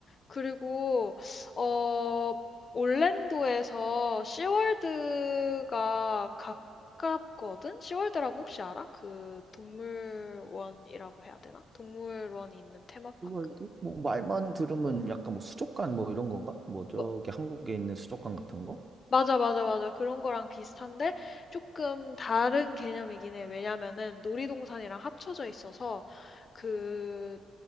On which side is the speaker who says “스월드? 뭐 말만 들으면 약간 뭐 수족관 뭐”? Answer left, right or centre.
Right